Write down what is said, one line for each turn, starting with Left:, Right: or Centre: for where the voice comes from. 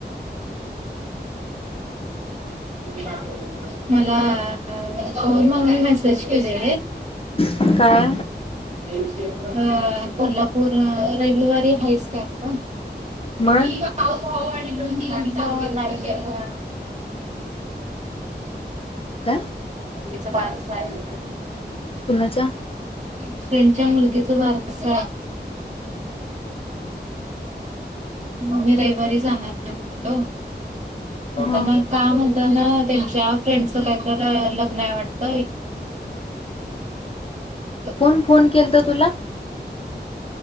Right: अ मला फोन म्हणून मेसेज केले
Left: काय
Right: र हा कोल्हापूर रविवारी हायच कि आपण
Left: मग
Right: मी म्हटलं लाईव्ह यावं
Left: काय
Right: मुलगीच बारसं आहे
Left: कुणाच्या
Right: <inaudible> फ्रेंडच्या मुलगीच बारस मग मी रविवारी जाणार आहेकड णताना
Left: हा
Right: का म्हणता ना त्यांच्या फ्रेंडच कायत र लग्न आहे वाटत इथं
Left: कोण फोन केल त तुला